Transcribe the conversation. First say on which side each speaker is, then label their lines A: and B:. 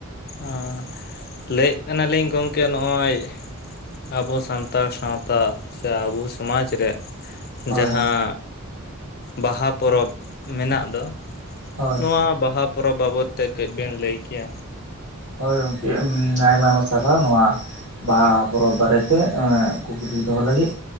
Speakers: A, on the left; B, on the right.
A: ᱟᱸ ᱞᱟᱹᱭᱮᱜ ᱠᱟᱱᱟᱞᱤᱧ ᱜᱚᱝᱠᱮ ᱱᱚᱜᱼᱚᱭ ᱟᱵᱚ ᱥᱟᱱᱛᱟᱲ ᱥᱟᱶᱛᱟ ᱥᱮ ᱟᱵᱚ ᱥᱚᱢᱟᱡᱽ ᱨᱮ
B: ᱦᱳᱭ
A: ᱡᱟᱦᱟᱸ ᱵᱟᱦᱟ ᱯᱚᱨᱚᱵᱽ ᱢᱮᱱᱟᱜ ᱫᱚ
B: ᱦᱳᱭ
A: ᱱᱚᱣᱟ ᱵᱟᱦᱟ ᱯᱚᱨᱚᱵᱽ ᱵᱟᱵᱚᱛ ᱛᱮ ᱠᱟᱹᱡ ᱵᱮᱱ ᱞᱟᱹᱭ ᱠᱮᱭᱟ ᱾
B: ᱦᱳᱭ ᱜᱚᱝᱠᱮ ᱩᱢ ᱟᱭᱢᱟ ᱟᱭᱢᱟ ᱥᱟᱨᱦᱟᱣ ᱱᱚᱣᱟ ᱵᱟᱦᱟ ᱯᱚᱨᱚᱵᱽ ᱵᱟᱨᱮᱛᱮ ᱠᱩᱠᱞᱤ ᱫᱚᱦᱚ ᱞᱟᱹᱜᱤᱫ,